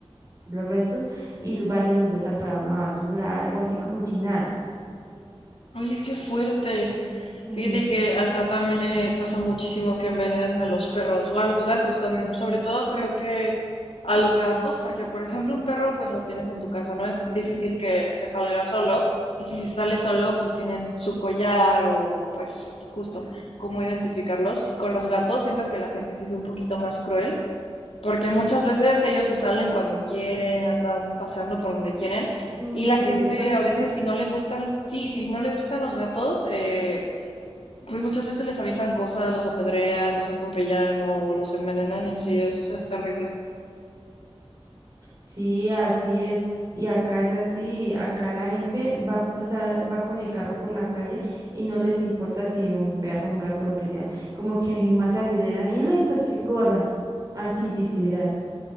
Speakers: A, on the right (about 35°); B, on the left (about 80°).
A: los restos, y los van y los botan para una basura, algo así como si nada.
B: Oye, qué fuerte.
A: Ujú.
B: Fíjate que acá también eh, pasa muchísimo que envenenan a los perros o a los gatos también. Sobre todo creo que a los gatos, porque por ejemplo un perro pues lo tienes en tu casa, no es difícil que se salga solo. Y si se sale solo, pues tienen su collar o pues justo cómo identificarlos. Y con los gatos siento que la gente sí es un poquito más cruel porque muchas veces ellos se salen cuando quieren, andan paseando por donde quieren.
A: Mm,
B: Y la
A: sí,
B: gente
A: ellos son
B: a
A: <laughs> así.
B: veces si no les gustan, sí, si no les gustan los gatos, eh, pues muchas veces les avientan cosas, los apedrean, los atropellan o los envenenan y sí, es, es terrible.
A: Sí, así es. Y acá es así, acá la gente va a cruzar, va con el carro por la calle y no les importa si un perro, un gato, lo que sea, como que más aceleran y ay, pues que corra. Así literal.